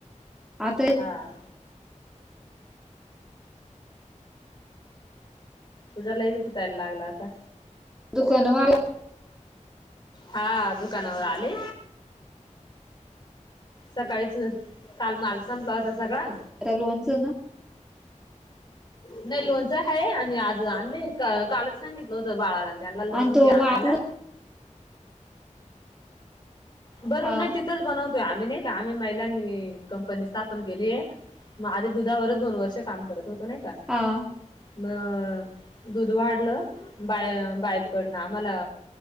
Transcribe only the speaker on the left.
हा तुझा लईच गुतायला लागला आता
हा दुकानावर आले सकाळीच काल माल संपला होता सगळां
नाही लोणच आहे आणि आज आणले कालच सांगितलं होत बाळाला त्यांना लसीण
ते आणायला
बर
नाही तिथंच बनवतोय आम्ही नाही आम्ही महिलांनी कंपनी स्थापन केली आहे मग आधी दुधावरच दोन वर्ष काम करत होतो नाही का
म दूध वाढलं बाय बाईबकडनं आमला